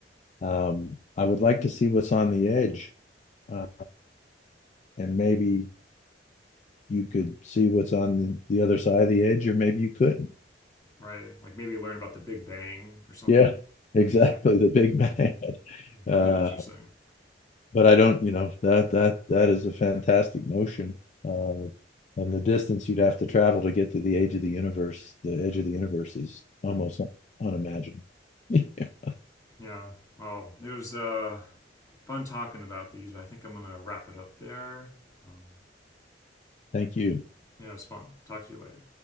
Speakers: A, on the left; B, on the left.
A: Um, I would like to see what's on the edge, uh, and maybe you could see what's on the, other side of the edge, or maybe you couldn't.
B: right. Like maybe learn about the Big Bang or something.
A: Yeah, <laughs> exactly. The big bang.
B: Hmm.
A: <laughs>
B: Yeah,
A: Uh,
B: pretty interesting.
A: but I don't, you know, that that that is a fantastic notion. Uh, and the distance you'd have to travel to get to the edge of the universe, the edge of the universe is almost unimaginable. <laughs>
B: Yeah. Well, it was uh, fun talking about these, but I think I'm gonna wrap it up there. Um,
A: Thank you.
B: yeah, it was fun. Talk to you later.